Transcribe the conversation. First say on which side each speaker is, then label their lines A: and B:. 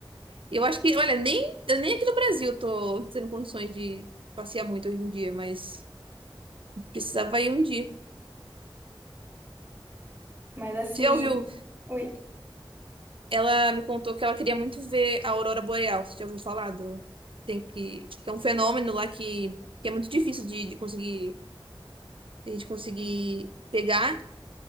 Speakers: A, on the right; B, on the right.
A: Eu acho que, olha, nem, eu nem aqui no Brasil tô tendo condições de passear muito hoje em dia, mas precisava ir um dia.
B: Mas assim,
A: Você já ouviu?
B: oi,
A: Ela me contou que ela queria muito ver a Aurora Boreal. Você já ouviu falar do... Tem que... que é um fenômeno lá que, que é muito difícil de, de conseguir, de a gente conseguir pegar,